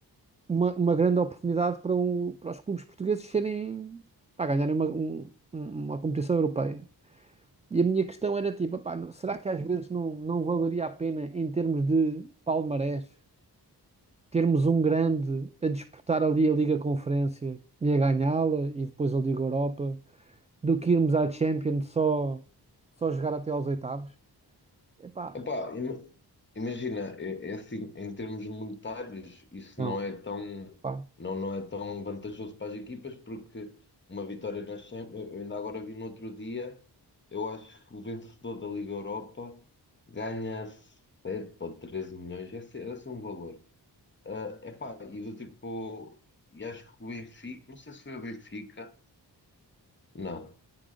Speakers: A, on the right; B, on the left.
A: uma, uma grande oportunidade para, o- para os clubes portugueses serem, para ganharem uma, um- um, uma competição europeia. E a minha questão era tipo, "Epá, não- será que às vezes não, não valeria a pena, em termos de palmarés, termos um grande a disputar ali a Liga Conferência e a ganhá-la e depois a Liga Europa, do que irmos à Champions só, só jogar até aos oitavos? Epá,
B: Epá, ima- imagina, é, é assim, em termos monetários, isso
A: não.
B: não é tão,
A: pá.
B: não, não é tão vantajoso para as equipas, porque uma vitória na Champions, eu ainda agora vi no outro dia, eu acho que o vencedor da Liga Europa ganha 7 ou 13 milhões, esse, esse é um valor. é epá, e do tipo, e acho que o Benfica, não sei se foi o Benfica, não.